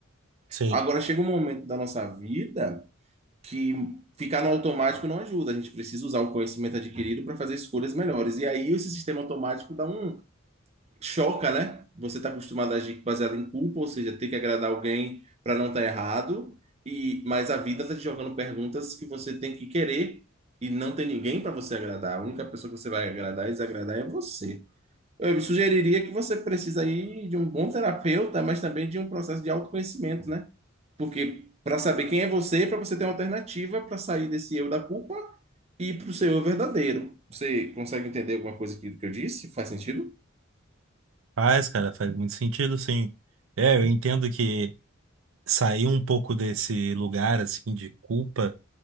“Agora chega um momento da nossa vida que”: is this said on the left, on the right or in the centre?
Right